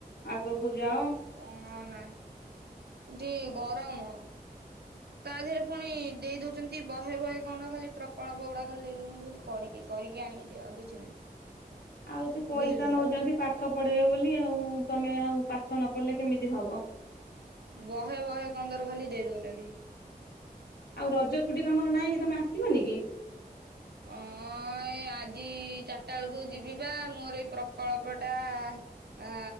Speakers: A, on the left; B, on the right.
A: ଆଗକୁ ଯାଅ
B: କଣ ନା ଏଠି ଗରମ। ତା ଦେହରେ ପୁଣି ଦେଇ ଦଉଛନ୍ତି ବହେ ବହେ କଣ୍ଡ ଖାଲି ପ୍ରକଳ୍ପ ଗୁଡା ଖାଲି ଦେଇ ଦଉଛନ୍ତି ଖାଲି କରିକି କରିକି ଆଣିିକି ଦିଅ ଆଉ କିଛି ନାହିଁ।
A: ହ ଆଉ ସେ ପଇସା
B: ବୁଝିଲୁ।
A: ନଉଛନ୍ତି ପାଠ ପଢେଇବେ ବୋଲି ଆଉ ତମେ ଆଉ ପାଠ ନ ପଢିଲେ କେମିତି ହବ।
B: ବହେ ବହେ କନ୍ଦର ଖାଲି ଦେଇ ଦଉଛନ୍ତି।
A: ଆଉ ରଜ ଛୁଟି ତମର ନାହିଁ କି ତମେ ଆସିବନି କି?
B: ହ। ହଁ ଏଇ ଆଜି ଚାରିଟା ବେଳକୁ ଯିବି ପା ମୋର ଏଇ ପ୍ରକଳ୍ପ ଟା ଅ